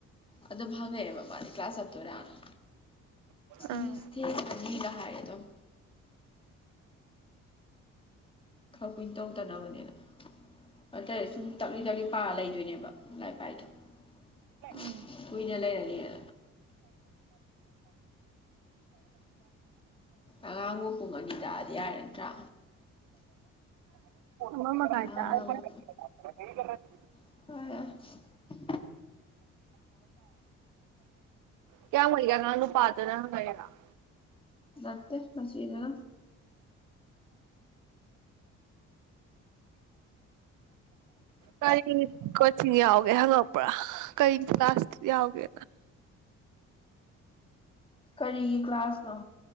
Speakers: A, on the left (about 15°); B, on the right (about 85°).
A: ꯑꯗꯨꯝ ꯐꯉꯦꯕ ꯃꯥꯅꯤ ꯀ꯭ꯂꯥꯁ ꯑꯠꯇꯣꯏꯔꯅ
B: ꯎꯝ
A: ꯃꯤꯁ ꯊꯦꯉꯛꯀꯅꯤ ꯍꯥꯏꯑꯗꯨꯝ ꯈꯔ ꯀꯨꯏꯅ ꯇꯧꯗꯅꯕꯅꯦꯅ ꯑꯗꯨꯇꯥꯔꯗꯤ ꯁꯨꯝ ꯇꯞꯂꯤ ꯇꯞꯂꯤ ꯄꯥꯔ <unintelligible>
B: ꯎꯝ
A: ꯀꯨꯏꯅ ꯂꯩꯔꯅꯤ ꯌꯦ ꯑꯉꯥꯡꯕꯨ ꯄꯨꯡ ꯑꯅꯤ ꯇꯥꯛꯑꯗꯤ ꯌꯥꯏꯔ ꯅꯠꯇ꯭ꯔꯥ
B: ꯑꯃꯃꯈꯥꯏꯇ
A: ꯀꯅꯥꯅꯕꯨ
B: <unintelligible>
A: <unintelligible>
B: ꯀꯌꯥꯝꯒꯩꯒꯤ ꯑꯉꯥꯡ ꯅꯨꯄꯥꯗꯨ ꯅꯩꯅ <unintelligible>
A: ꯅꯠꯇꯦ ꯃꯁꯤꯅ
B: ꯀꯔꯤ ꯀꯣꯆꯤꯡ ꯌꯥꯎꯒꯦ ꯍꯪꯉꯛꯄ꯭ꯔꯥ ꯀꯔꯤ ꯀ꯭ꯂꯥꯁ ꯌꯥꯎꯒꯦ
A: ꯀꯔꯤꯒꯤ ꯀ꯭ꯂꯥꯁꯅꯣ